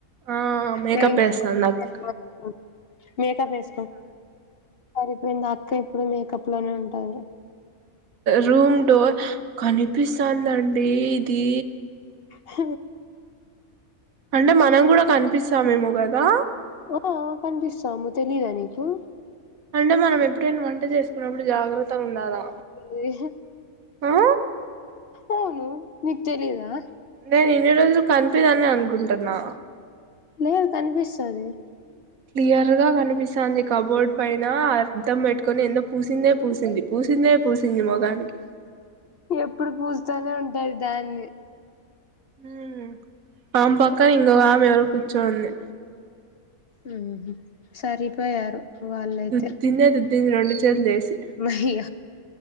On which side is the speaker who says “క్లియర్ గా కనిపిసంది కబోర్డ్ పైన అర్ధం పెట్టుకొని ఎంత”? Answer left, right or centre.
Right